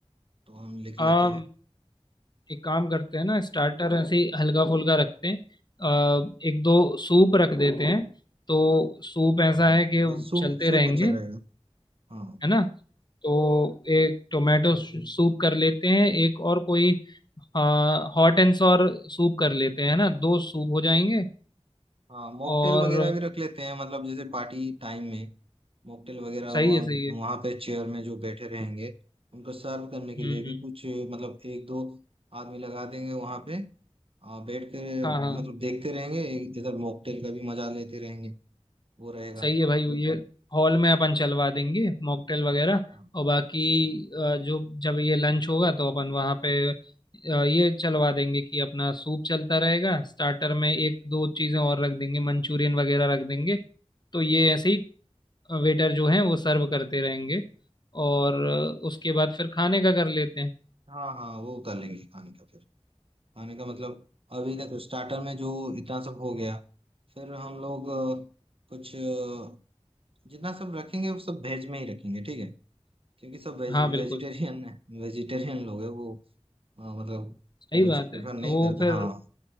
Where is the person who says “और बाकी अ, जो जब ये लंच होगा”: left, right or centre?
Left